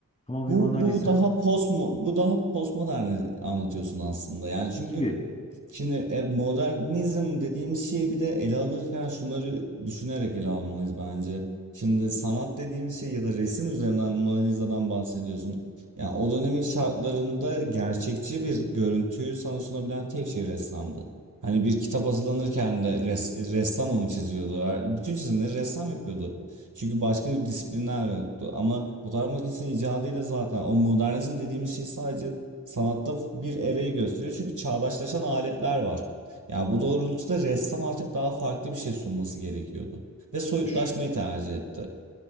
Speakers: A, on the left; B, on the right.
A: Ama bir
B: Bu
A: Mona Lisa
B: bu daha post bu daha postmodern anlatıyorsun aslında. Yani çünkü
A: gibi.
B: Şimdi e, modernizm dediğimiz şeyi bir de ele alırken şunları düşünerek ele almalıyız bence. Şimdi sanat dediğimiz şey ya da resim üzerinden Mona Lisa'dan bahsediyorsun. Yani o dönemin şartlarında gerçekçi bir görüntüyü sana sunabilen tek şey ressamdı. Hani bir kitap hazırlanırken de res- ressam onu çiziyordu. Her- Bütün çizimleri ressam yapıyordu. Çünkü başka bir disiplinler yoktu. Ama fotoğraf makinesinin icadıyla zaten o modernizm dediğimiz şey sadece Sanatta bir erayı gösteriyor çünkü çağdaşlaşan aletler var. Yani bu doğrultuda ressam artık daha farklı bir şey sunması gerekiyordu ve soyutlaşmayı
A: Ş-
B: tercih etti.